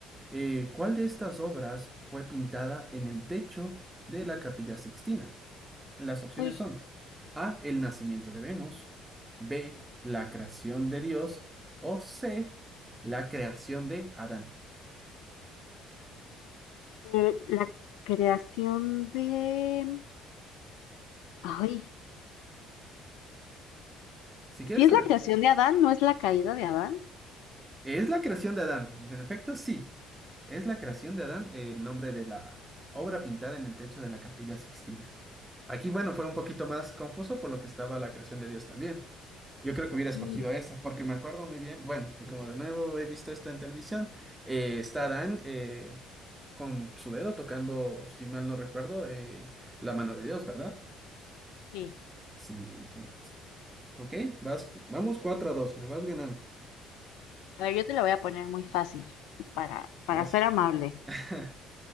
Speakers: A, on the right; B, on the left.
A: Eh, ¿cuál de estas obras fue pintada en el techo de la Capilla Sixtina? Las opciones
B: Uy,
A: son A, el nacimiento de Venus, B, la creación de Dios o C, la creación de Adán.
B: eh, la creación de... Ay,
A: Si quieres
B: si es
A: te repito.
B: la creación de Adán, ¿no es la caída de Adán?
A: Es la creación de Adán. En efecto, sí. Es la creación de Adán el nombre de la obra pintada en el techo de la Capilla Sixtina. Aquí, bueno, fue un poquito más confuso por lo que estaba la creación de Dios también. Yo creo que hubiera escogido
B: Sí,
A: esa, porque me acuerdo muy bien, bueno, de como de nuevo he visto esto en televisión, eh, está Adán, eh, con su dedo tocando, si mal no recuerdo, eh, la mano de Dios, ¿verdad?
B: sí.
A: Sí, en efecto. Ok, vas, vamos 4 a 2, me vas ganando.
B: A ver, yo te la voy a poner muy fácil para, para
A: Gracias.
B: ser amable.
A: <laughs>